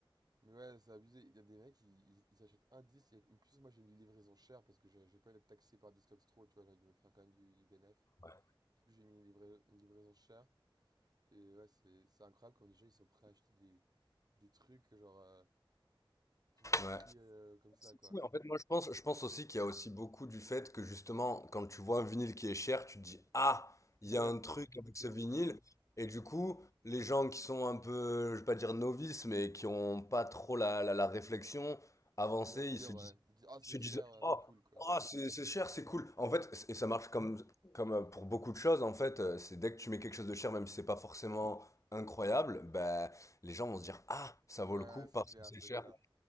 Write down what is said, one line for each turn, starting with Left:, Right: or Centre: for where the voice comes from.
Right: Mais ouais, c'est abusé. Il y a des mecs, ils ils- ils s'achètent un disque. et En plus, moi, j'ai mis les livraisons chères parce que j'ai j'ai pas eu d'être taxé par Discogs trop, tu vois, j'ai envie de me faire quand même du, du bénéf.
Left: Ouais,
Right: Du coup, j'ai mis une, livra- une livraison chère. Et ouais, c'est c'est incroyable comme les gens, ils sont prêts à acheter des, des trucs, genre, euh, pour des prix
Left: ouais.
Right: euh, comme ça,
Left: C'est
Right: quoi.
Left: fou et en fait, moi, je pense, je pense aussi qu'il y a aussi beaucoup du fait que justement, quand tu vois un vinyle qui est cher, tu te dis, ah, il
Right: Ouais,
Left: y a un truc avec
Right: de
Left: ce
Right: ouf.
Left: vinyle. Et du coup, les gens qui sont un peu, je vais pas dire novices, mais qui ont pas trop la, la, la réflexion avancée,
Right: Ça les attire,
Left: ils se disent,
Right: ouais. Ils disent, ah, c'est
Left: ils se disent,
Right: cher, ouais,
Left: oh,
Right: c'est cool, quoi.
Left: oh, c'est c'est cher, c'est cool. En fait, c- et ça marche comme, comme euh, pour beaucoup de choses, en fait, euh, c'est dès que tu mets quelque chose de cher, même si c'est pas forcément incroyable, ben, les gens vont se dire, ah, ça
Right: Ouais,
Left: vaut
Right: ouais,
Left: le coup
Right: ouais,
Left: parce
Right: c'est clair,
Left: que c'est
Right: c'est
Left: cher.
Right: clair.